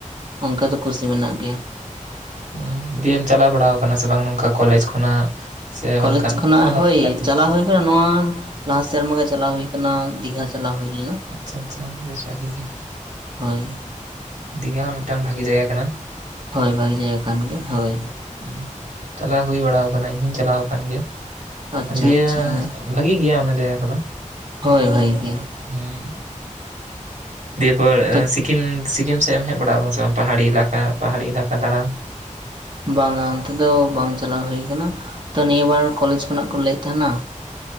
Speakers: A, on the right; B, on the right.
A: ᱚᱝᱠᱟ ᱫᱚ ᱠᱩᱥᱤ ᱢᱮᱱᱟᱜ ᱜᱮᱭᱟ᱾
B: ᱩᱸᱻ ᱫᱤᱭᱮᱢ ᱪᱟᱞᱟᱣ ᱵᱟᱲᱟᱣ ᱠᱟᱱᱟ ᱥᱮ ᱵᱟᱝ ᱱᱚᱝᱠᱟ ᱠᱚᱞᱮᱡᱽ ᱠᱷᱚᱱᱟᱜ? ᱥᱮ
A: ᱠᱚᱞᱮᱡᱽ
B: ᱵᱟᱝᱠᱷᱟᱱ
A: ᱠᱷᱚᱱᱟᱜ
B: ᱚᱞᱟᱜ
A: ᱦᱳᱭ
B: ᱜᱟᱛᱮ
A: ᱪᱟᱞᱟᱣ
B: ᱠᱷᱚᱱᱟᱜ?
A: ᱦᱩᱭ ᱦᱮᱸ, ᱱᱚᱣᱟ ᱞᱟᱦᱟ ᱥᱮᱨᱢᱟ ᱜᱮ ᱪᱟᱞᱟᱣ ᱦᱩᱭ ᱠᱟᱱᱟ ᱫᱤᱜᱷᱟ ᱪᱟᱞᱟᱣ ᱦᱩᱭ ᱞᱮᱱᱟ᱾
B: ᱟᱪᱪᱷᱟ ᱟᱪᱪᱷᱟ ᱵᱮᱥ ᱵᱷᱟᱹᱜᱤ ᱜᱮ᱾
A: ᱦᱳᱭ᱾
B: ᱫᱤᱜᱷᱟ ᱦᱚᱸ ᱢᱤᱫᱴᱟᱝ ᱵᱷᱟᱹᱜᱤ ᱡᱟᱭᱜᱟ ᱠᱟᱱᱟ᱾
A: ᱦᱳᱭ ᱵᱷᱟᱹᱜᱤ ᱡᱟᱭᱜᱟ ᱠᱟᱱ ᱜᱮ, ᱦᱳᱭ᱾
B: ᱦᱩᱸ ᱪᱟᱞᱟᱣ ᱦᱩᱭ ᱵᱟᱲᱟᱣ ᱟᱠᱟᱱᱟ, ᱤᱧ ᱦᱩᱧ ᱪᱟᱞᱟᱣ ᱟᱠᱟᱱ ᱜᱮᱭᱟ
A: ᱟᱪᱪᱷᱟ
B: ᱫᱤᱭᱟᱹ
A: ᱟᱪᱪᱷᱟ ᱦᱳᱭ
B: ᱵᱷᱟᱹᱜᱤ ᱜᱮᱭᱟ ᱚᱱᱟ ᱡᱟᱭᱜᱟ ᱠᱚᱫᱚ
A: ᱦᱳᱭ ᱵᱷᱟᱹᱜᱤ ᱜᱮᱭᱟ᱾
B: ᱦᱩᱸ ᱫᱤᱭᱮᱯᱚᱨ
A: ᱛᱚ
B: ᱥᱤᱠᱤᱢ ᱥᱤᱠᱤᱢ ᱥᱮᱫ ᱮᱢ ᱦᱮᱡ ᱵᱟᱲᱟᱟᱣ ᱟᱠᱟᱱᱟ ᱥᱮ ᱵᱟᱝ ᱯᱟᱦᱟᱲᱤ ᱤᱞᱟᱠᱟ, ᱯᱟᱦᱟᱲᱤ ᱤᱞᱟᱠᱟ ᱫᱟᱬᱟᱱ?
A: ᱵᱟᱝᱟ ᱚᱱᱛᱮ ᱫᱚ ᱵᱟᱝ ᱪᱟᱞᱟᱣ ᱦᱩᱭ ᱠᱟᱱᱟ ᱛᱚ ᱱᱤᱭᱟᱹ ᱵᱟᱨ ᱠᱚᱞᱮᱡᱽ ᱠᱷᱚᱱᱟᱜ ᱠᱚ ᱞᱟᱹᱭᱮᱫ ᱛᱟᱦᱮᱱᱟ᱾